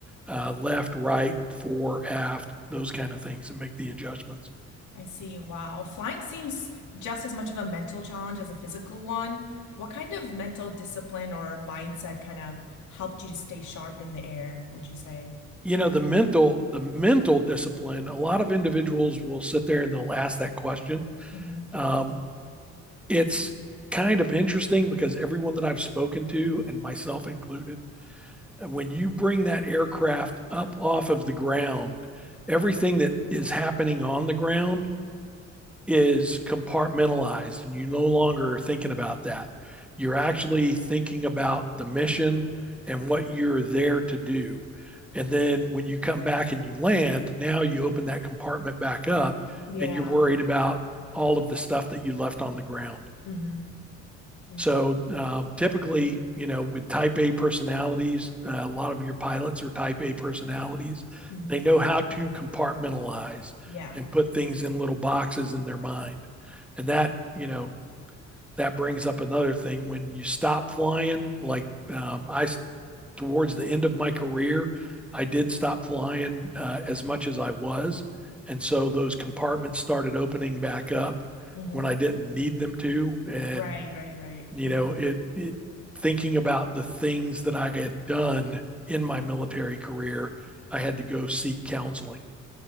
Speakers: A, in the centre; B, on the left (about 75°).
A: uh, left, right, fore, aft, those kind of things, and make the adjustments.
B: I see. Wow. Flying seems just as much of a mental challenge as a physical one. What kind of mental discipline or mindset kind of helped you to stay sharp in the air, would you say?
A: you know the mental the mental discipline a lot of individuals will sit there and they'll ask that question
B: Mm-hmm.
A: um, it's kind of interesting because everyone that i've spoken to and myself included when you bring that aircraft up off of the ground everything that is happening on the ground is compartmentalized and you no longer are thinking about that. You're actually thinking about the mission and what you're there to do. And then when you come back and you land, now you open that compartment back up
B: Yeah.
A: and you're worried about all of the stuff that you left on the ground.
B: Mm-hmm. Interesting.
A: So um, typically, you know, with type A personalities, uh, a lot of your pilots are type A personalities.
B: Mm-hmm.
A: They know how to compartmentalize
B: Yeah.
A: and put things in little boxes in their mind. And that, you know, that brings up another thing when you stop flying, like um, I, towards the end of my career, I did stop flying uh, as much as I was. And so those compartments started opening back up
B: Mm-hmm.
A: when I didn't need them to. And
B: Right, right, right.
A: you
B: Mm-hmm.
A: know it, it thinking about the things that i had done in my military career i had to go seek counseling